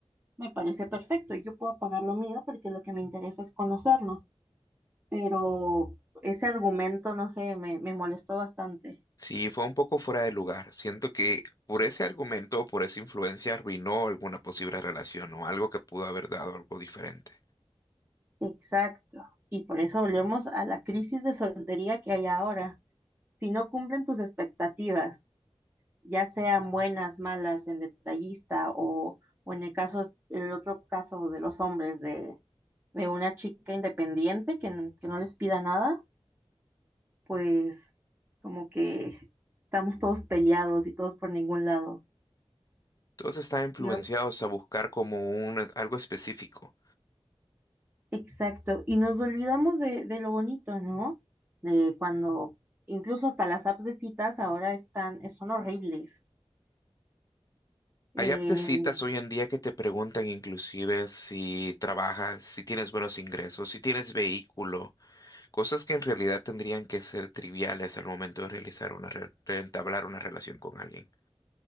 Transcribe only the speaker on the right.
me parece perfecto y yo puedo pagar lo mío porque lo que me interesa es conocernos, pero ese argumento, no sé, me, me molestó bastante.
Exacto. Y por eso volvemos a la crisis de soltería que hay ahora. Si no cumplen tus expectativas, ya sean buenas, malas, en detallista o, o en el caso, el otro caso de los hombres, de, de una chica independiente que, n- que no les pida nada, pues como que estamos todos peleados y todos por ningún lado.
Y, o-
exacto, y nos olvidamos de, de lo bonito, ¿no? De cuando incluso hasta las apps de citas ahora están, eh, son horribles. Eh,